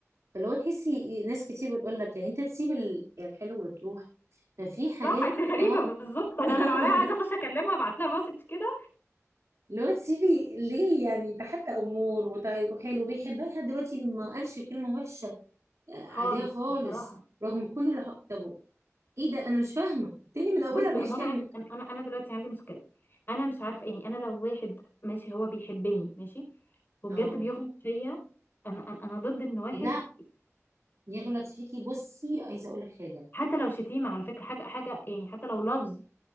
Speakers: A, on the right; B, on the left.
A: فاللي هو تحسي إيه، ناس كتير بتقول لك يعني انت تسيب ال- الحلو وتروح ففي حاجات
B: صح انت غريبه
A: اه
B: بالظبط
A: <laughs>
B: انا انا لو عليا عايزه اخش اكلمها ابعت لها مسج كده
A: اللي هو تسيبي ليه يعني ده حتى امور وطيب وحلو بيحبها لحد دلوقتي ما قالش كلمه وحشه آه، عليها
B: خالص
A: خالص
B: بصراحه
A: رغم كل اللي حق- طب ايه ده انا مش فاهمه التاني من اولها
B: بصي
A: بيشتمك
B: بقى هو انا عندي انا انا أنا دلوقتي عندي مشكله انا مش عارفه يعني انا لو واحد ماشي هو بيحبني ماشي وبجد
A: اه
B: بيغلط فيا انا انا أنا ضد ان واحد
A: لا يغلط فيكي بصي عايزه اقول لك حاجه
B: حتى لو شتيمه على فكره حاجه حاجه يعني حتى لو لفظ